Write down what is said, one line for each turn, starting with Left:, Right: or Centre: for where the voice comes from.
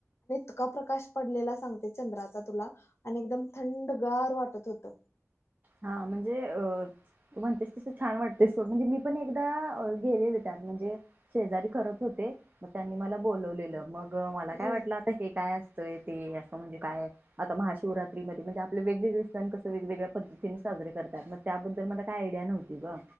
Left: त प्रकाश पडलेला सग चंद्राचा तुला आणि एकदम थंडगार वाटत होत
Right: हा म्हणजे अ तू म्हणतेस तस छान वाटतेस सोड म्हणजे मी पण एकदा गेलेले त्यात म्हणजे शेजारी करत होते मग त्यांनी मला बोलवलेलं मग मला
Left: हम्म
Right: काय वाटलं आता हे काय अस ते असं म्हणजे काय आता महाशिवरात्रीमध्येध्ये म्हणजे आपले वेगवेगळे सण कसं वेगवेगळ्या पद्धती साजरे करतात मग त्याबद्दल मला काही आयडिया नव्हती ग